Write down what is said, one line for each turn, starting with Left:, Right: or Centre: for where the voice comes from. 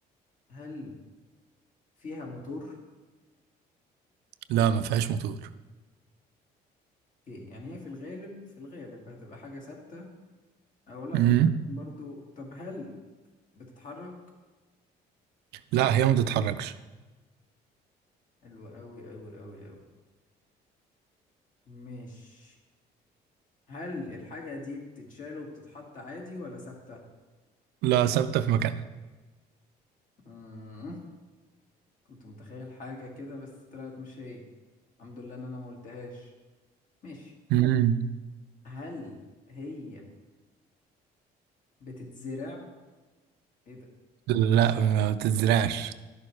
Left: هل فيها موتور؟
Right: لا ما فيهاش موتور
Left: اوكي يعني هي في الغالب في الغالب هتبقى حاجة ثابتة أو لأ
Right: مم.
Left: يمكن برضو طب هل بتتحرك؟
Right: لا هي ما بتتحركش
Left: حلو أوي أوي أوي أوي مش هل الحاجة دي بتتشال وبتتحط عادي ولا ثابتة؟
Right: لا ثابتة في مكانها
Left: مم. كنت متخيل حاجة كده بس طلعت مش هي الحمد لله إن أنا ما قلتهاش ماشي
Right: مم.
Left: هل هي بتتزرع؟ ايه ده؟
Right: لا ما بتتزرعش